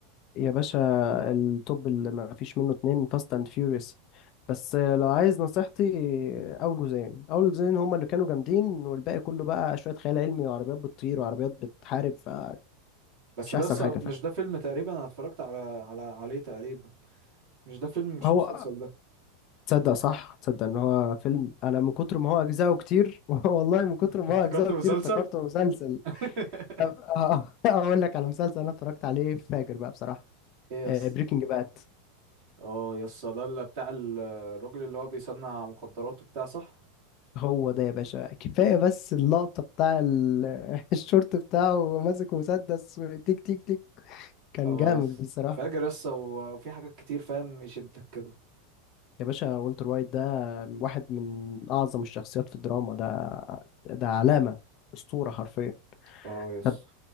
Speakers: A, on the left; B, on the right.
A: يا باشا التوب اللي ما فيش منه اتنين فاست اند فيوريوس بس لو عايز نصيحتي اول جزئين اول جزئين هما اللي كانوا جامدين والباقي كله بقى شوية خيال علمي وعربيات بتطير وعربيات بتحارب فمش
B: بس ده
A: احسن
B: أصلا
A: حاجة
B: مش
A: فاهم
B: ده فيلم تقريبا أنا اتفرجت على على عليه تقريبا مش ده فيلم مش
A: هو
B: مسلسل ده
A: تصدق صح تصدق ان هو فيلم انا من كتر ما هو اجزاءه كتير <laughs> والله من كتر
B: <laughs>
A: ما
B: افتكرت
A: هو اجزاءه
B: مسلسل
A: كتير افتكرته
B: <laughs>
A: مسلسل أب- <laughs> اقول لك على مسلسل انا اتفرجت عليه فاجر بقى بصراحة
B: إيه يا
A: بريكنج
B: اسطى
A: باد
B: أه يا اسطى ده اللي بتاع ال- الراجل اللي هو بيصنع مخدرات وبتاع صح
A: هو ده يا باشا كفاية بس اللقطة بتاع ال- <laughs> الشورت بتاعه وهو ماسك مسدس تيك تيك تيك كان
B: اه
A: جامد
B: يس
A: بصراحة
B: فاجر يس و- وفي حاجات كتير فاهم يشدك كده
A: يا باشا والتر وايت ده واحد من أعظم الشخصيات في الدراما ده ده علامة أسطورة حرفيا
B: اه يس
A: طب